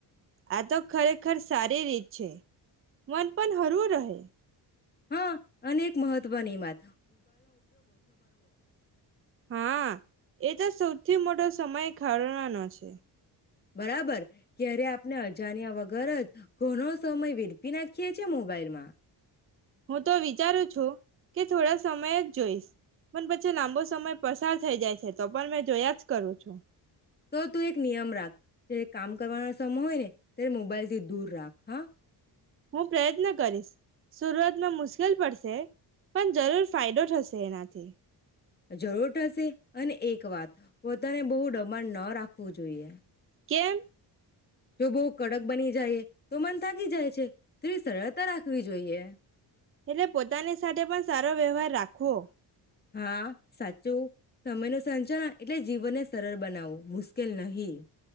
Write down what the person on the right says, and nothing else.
આ તો ખરેખર સારી રીત છે, મન પણ હરવું રહે.
હા એ તો સૌથી મોટો સમય ખાળવાનો છે.
હું તો વિચારું છું, કે થોડા સમય જ જોઈશ પણ પછી લાંબો સમય પસાર થઈ જાય છે, તો પણ મેં જોયા જ કરું છું.
હું પ્રયત્ન કરીશ. સુરઆતમાં મુશ્કેલ પડશે પણ જરૂર ફાયદો થશે એનાથી.
કેમ?
<inaudible> એટલે પોતાની સાથે પણ સારો વ્યવહાર રાખ ખૂઓ.